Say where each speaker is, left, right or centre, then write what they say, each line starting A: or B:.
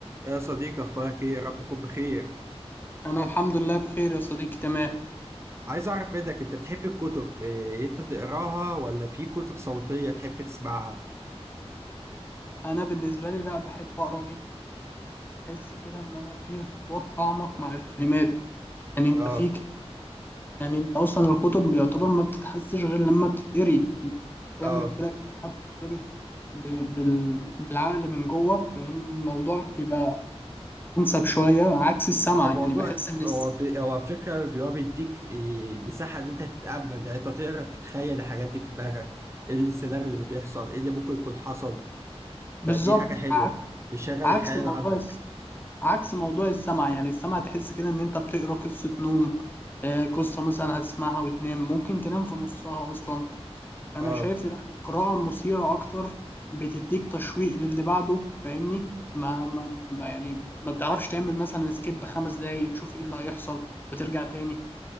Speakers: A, on the right; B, on the left.
A: يا صديقي اخبارك ايه يا رب تكون بخير
B: انا الحمد لله بخير يا صديقي تمام
A: عايز اعرف منك انت بتحب الكتب إيه انت تقراها ولا في كتب صوتية تحب تسمعها
B: انا بالنسبه لي لا بحب اقرا جدا بحس كده ان انا في ارتباط اعمق مع الكلمات يعني انت
A: اه
B: فيك يعني انت اصلا الكتب بيعتبر ما بتتحسش غير لما بتتقري بتعمل
A: اه
B: كده كأنها بتتربط ب- بال- بالعقل من جوه فاهم الموضوع بيبقى انسب شويه عكس السمع
A: او موضوع
B: يعني بحس ان الس...
A: هو ب- هو فكرة بيبقى بيديك إيه مساحة ان انت تتأمل يعني انت تقرا تتخيل الحاجات دي في دماغك ايه السيناريو اللي بيحصل ايه اللي ممكن يكون حصل فدي
B: بالظبط
A: حاجة حلوة
B: عك-
A: بيشغل
B: عكس
A: الخيال
B: موضوع
A: عندك
B: عكس موضوع السمع يعني السمع تحس كده ان انت بتقرا قصة نوم آه، قصة مثلا هتسمعها وتنام ممكن تنام في نصها اصلا انا
A: اه
B: شايف لا القراءة مثيرة اكتر بتديك تشويق للي بعده فاهمني ما, ما, ما يعني ما بتعرفش تعمل مثلا سكيب خمس دقايق تشوف ايه اللي هيحصل وترجع تاني